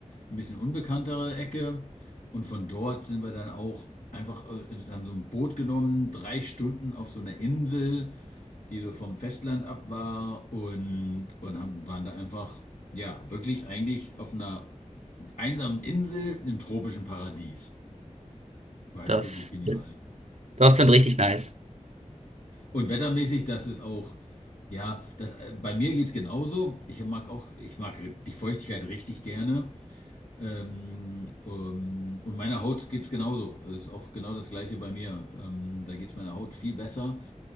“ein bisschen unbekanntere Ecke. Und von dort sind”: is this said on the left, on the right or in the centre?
Left